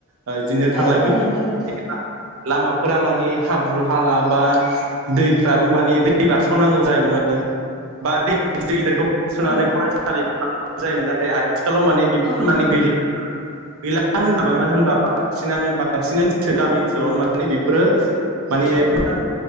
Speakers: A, on the right; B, in the centre.
A: बिदिनो थांलाय
B: औ औ
A: फैलाय
B: नंगौ नोंथां
A: लामाफोरा माने हाब्रु हाला बा दैफ्राबो माने दै बारस'नांगौ जायोमोन बा दै गिदिर गिदिरखौ सोननानै
B: औ
A: फरायसालियाव थांनांगौ जायोमोन नाथाय आथिखालाव माने बेफोर
B: औ नंगौ
A: माने गैला गैलानो होनजाबाय मानो होनबा बांसिनानो बांसिन गामि ओनसोलावनो <unintelligible> बेफोरो माने
B: औ
A: मोजां
B: औ